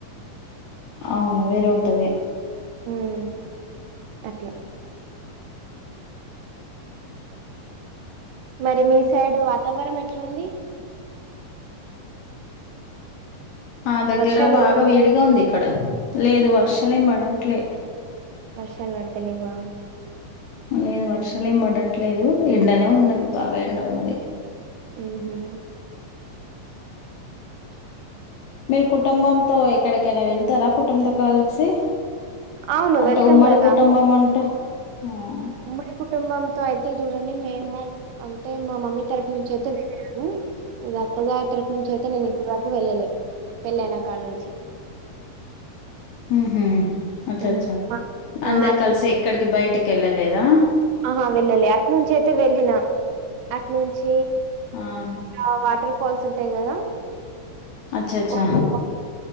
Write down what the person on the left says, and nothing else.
అవును వేరే ఉంటది
మా దగ్గర
బాగా
వేడిగా ఉంది ఇక్కడ లేదు వర్షలు ఏం పడట్లే
లేదు వర్షలు ఏం పడట్లేదు ఎండనే ఉన్నది బాగా ఎండ ఉన్నది
మీరు కుటుంబంతో ఎక్కడకైనా వెళ్తారా కుటుంబంతో కలిసి
అంటే
ఉమ్మడి
కుటుంబం అంటే హ
హు హూ అచ్చా
అచ్చా
అందరు కలిసి ఎక్కడికి బయటికి వెళ్ళలేదా
ఆహా
అచ్చా అచ్చా